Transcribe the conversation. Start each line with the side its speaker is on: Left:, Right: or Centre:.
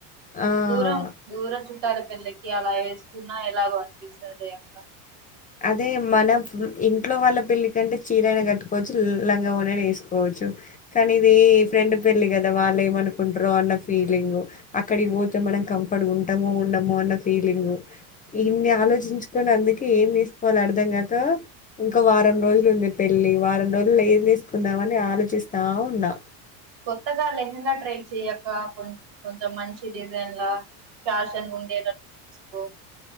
Left: ఆ
Right: దూరం దూర చు చుట్టాల పెళ్లకి అలా ఎసుకున్నా ఎలాగో అనిపిస్తది లే అక్క
Left: అదే మనం ఇంట్లో వాళ్ళ పెళ్ళి కంటే చీరైన కట్టుకోవచ్చు లంగా ఓని అయిన ఏసుకోవచ్చు కానీ ఇది ఫ్రెండ్ పెళ్లి కదా వాళ్ళు ఏమనుకుంటరో అన్న ఫీలింగు అక్కడికి పోతే మనం కంఫర్ట్గా ఉంటాముో ఉండమో అన్న ఫీలింగ్ ఇన్ని ఆలోచించుకొని అందుకే ఏం వే వాళ్ళు అర్ధం కాక ఇంకా వారం రోజులు ఉంది పెళ్లి వారం రోజులు ఏం తీసుకుందామ అని ఆలోచిస్తా ఉన్నా
Right: కొత్తగా లెహంగాట్రై చే అక్క కొ మంచి డిజైన్ లా ఫ్యాషన్ ఉండేటట్టు చూసుకో